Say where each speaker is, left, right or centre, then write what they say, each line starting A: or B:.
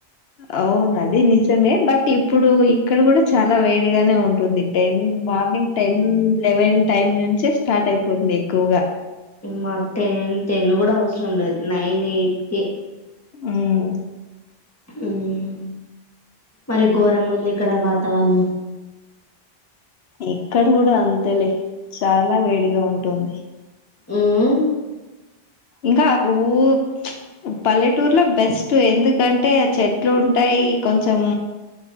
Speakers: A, on the left; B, on the left.
A: అవును అది నిజమే బట్ బట్ ఇప్పుడు ఇక్కడ కూడా చాలా వేడిగానే ఉంటుంది ten morning ten eleven time నుంచే స్టార్ట్ అయిపోతుంది ఎక్కువగా
B: మాకు టెన్ టెన్ కూడా అవసరం లేదు నైన్ ఎయిట్ క
A: ఉమ్
B: ఉమ్ మరి ఘోరంగా ఉంది ఇక్కడ వాతావరణం
A: ఇక్కడ కూడా అంతేలే చాలా వేడిగా ఉంటుంది
B: ఉమ్
A: ఇంకా ఊ ప్చ్ పల్లెటూరులో బెస్ట్ ఎందుకంటే ఆ చెట్లు ఉంటాయి కొంచెం